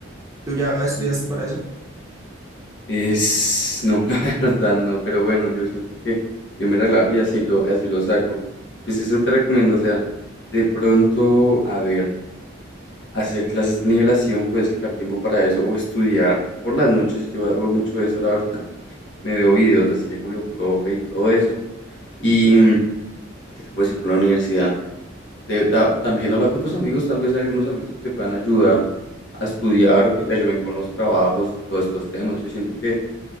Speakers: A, on the right; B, on the left.
A: ¿Tú ya estudiaste
B: Mm,
A: para eso?
B: Es, no, <laughs> la verdad no, pero bueno, yo siento que yo me relajo y así lo, así lo saco. Pues eso te recomiendo, o sea, de pronto, a ver, hacer clases de nivelación, puedes sacar tiempo para eso o estudiar por las noches, yo hago mucho eso, la verdad. <laughs> Me veo videos así de Julio Profe y todo eso. Y mm, qué te puedo decir con la universidad. De- ta- también habla con tus amigos, tal vez hay algunos amigos que te puedan ayudar a estudiar o que te ayuden con los trabajos y todos estos temas. Yo siento que